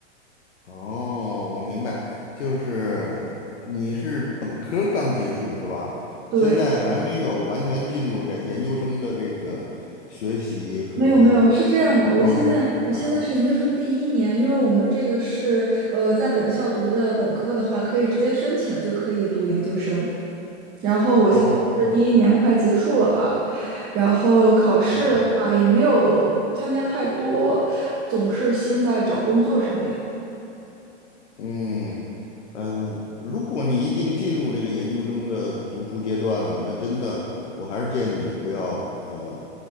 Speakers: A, on the left; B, on the right.
A: 哦，我明白，就是你是本科刚结束是吧？
B: 对，
A: 现在还没有完全进入这研究生的这个学习和这个状态啊。
B: 没有没有，是这样的，我现在我现在是研究生第一年，因为我们这个是呃在本校读的本科的话，可以直接申请就可以读研究生。然后我现在是第一年快结束了吧，
A: 哦，
B: 然后考试的话也没有参加太多，
A: 哦
B: 总是心在找工作上面。
A: 嗯，哎，我如果你已经进入这个研究生的读书阶段了，那真的，我还是建议你不要呃